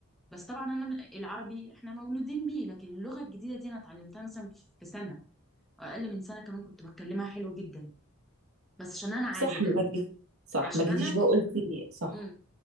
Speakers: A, in the centre; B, on the right (about 75°).
A: بس طبعا انا العربي احنا مولودين بيه لكن اللغه الجديده دي انا اتعلمتها مثلا في سنه أو اقل من سنه كمان كنت بتكلمها حلو جدا بس عشان انا عايزه
B: صح
A: ده
B: ما جيت صح
A: عشان
B: ما جيتيش
A: انا
B: بقى قلتي صح
A: مم.